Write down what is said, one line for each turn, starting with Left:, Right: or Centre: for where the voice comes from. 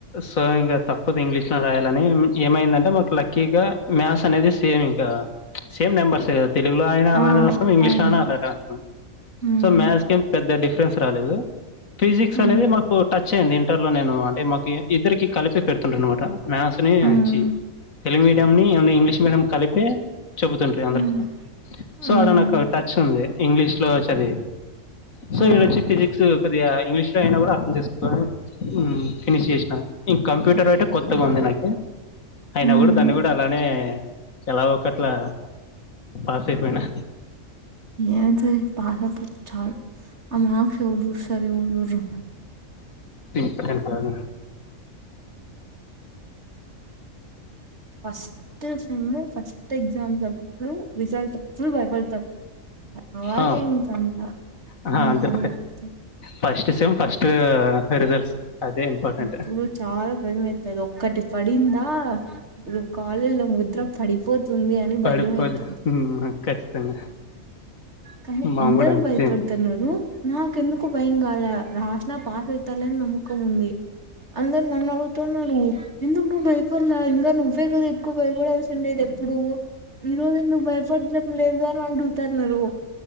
Left: సో ఇంగ తప్పదు ఇంగ్లీష్ లో రాయాలని ఏమైందంటే మాకు లక్కీగా మ్యాస్ అనేది సేమ్ ఇంకా సేమ్ మెంబర్సే గ తెలుగులో అయినా అలానే
Right: ఆ!
Left: రాస్తాం ఇంగ్లీష్లో
Right: అవును.
Left: నా అలానే రాస్తాం
Right: హ్మ్.
Left: సో మ్యా సేమ్ పెద్ద డిఫరెన్స్ రాలేదు ఫిజిక్స్
Right: హ్మ్.
Left: అనేది మాక్ టచ్ అయ్యంది ఇంటర్లో నేను అంటే మాకి ఇద్దరికి కలిపి పెడ్తుంటె అన్మాటా మ్యాస్ని
Right: హ్మ్.
Left: చ్చి తెలుగు మీడియంని ఉన్ని ఇంగ్లీష్ మీడియం నీ కలిపి చెబుతుండ్రి అందరికి
Right: హ్మ్.
Left: సో
Right: హ్మ్.
Left: ఆడ నాకు టచ్ ఉంది ఇంగ్లీష్ లో చదివి సో
Right: ఆ!
Left: ఏడోచి ఫిజిక్స్ కొద్దిగా ఇంగ్లీష్ లో అయినా కూడా అర్థం చేసుకో హమ్ ఫినిష్ చేసినా ఇంక కంప్యూటర్ అయితే కొత్తగా ఉంది నాకి అయినా
Right: హ్మ్.
Left: కూడా దాన్ని కూడా అలానే ఎలా ఒకట్లా పాస్ అయిపోయినా
Right: ఎం చే పాస్ అయిపోతే చాలు అ మార్క్స్ ఎవరు చూస్తారు ఎవరు చుడరు
Left: ఠన్కు రాదు
Right: ఫస్ట్ సేమ్ ఫస్ట్ ఎగ్జామ్స్ ప్పుడు రిజల్ట్ అప్పుడు భయపడతాం తర్వాత
Left: ఆ
Right: ఇంకంత
Left: అహా అంతే
Right: మామూలయిపోతది.
Left: ఫస్ట్ సేమ్ ఫస్ట్ రిజల్ట్స్ అదే ఇంపార్టెంట్.
Right: అప్పుడు చాలా భయం అయితారు ఒక్కటి పడిందా అప్పుడు కాలేజ్లో ముద్ర పడిపోతుంది అని
Left: పడుపోది
Right: భయమైతది.
Left: హమ్ ఖచ్చితంగా
Right: కానీ
Left: మాము
Right: అందరు
Left: గూడా అంతే
Right: భయ
Left: సేమ్.
Right: పడతరు ఉన్నారు నాకెందుకో భయం కాలా రాసిన పాస్ ఐతలే అని నమ్మకం ఉంది అందరు నన్న అడుగు తున్నారు ఎందుకు నువ్వు భయపడ్లా ఇంగ నువ్వే గద ఎక్కు వ భయపడాల్సి ఉండేది ఎప్పుడు ఈ రోజు ఎందుకు భయపడలే లేదు అని అడుగుతన్నారు